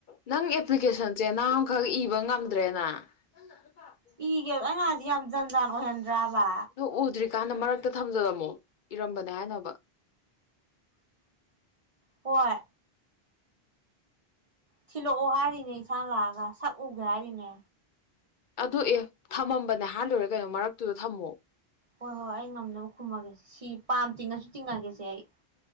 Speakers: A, on the left (about 60°); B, on the right (about 35°).
A: ꯅꯪ ꯑꯦꯄ꯭ꯂꯤꯀꯦꯁꯟꯁꯦ ꯆꯦꯅꯥ ꯑꯃꯈꯛ ꯏꯕ ꯉꯝꯗ꯭ꯔꯦ ꯅꯪ <unintelligible>
B: ꯏꯒꯦ ꯑꯩꯉꯥꯗꯤ ꯌꯥꯝ ꯖꯟ ꯖꯥꯟ ꯑꯣꯏꯍꯟꯗ꯭ꯔꯕ
A: ꯅꯣ ꯎꯗ꯭ꯔꯤꯀꯥꯟꯗ ꯃꯔꯛꯇ ꯊꯝꯖꯂꯝꯃꯣ ꯏꯔꯝꯕꯅꯦ ꯍꯥꯏꯅꯕ
B: ꯍꯣꯏ꯫ ꯊꯤꯜꯂꯛꯑꯣ ꯍꯥꯏꯔꯤꯅꯦ ꯏꯟꯥꯡ ꯂꯥꯛꯑꯒ ꯁꯛꯎꯒꯦ ꯍꯥꯏꯔꯤꯅꯦ꯫
A: ꯑꯗꯨ ꯑꯦ ꯊꯝꯃꯝꯕꯅꯦꯍ ꯂꯨꯔꯦ ꯀꯩꯅꯣ ꯃꯔꯛꯇꯨꯗ ꯊꯝꯃꯣ꯫
B: ꯍꯣꯏ ꯍꯣꯏ ꯑꯩ ꯉꯝꯅꯕ ꯈꯨꯝꯃꯒꯦꯁꯦ ꯁꯤ ꯄꯥꯝ ꯇꯤꯡꯉꯁꯨ ꯇꯤꯡꯉꯒꯦꯁꯦ ꯑꯩ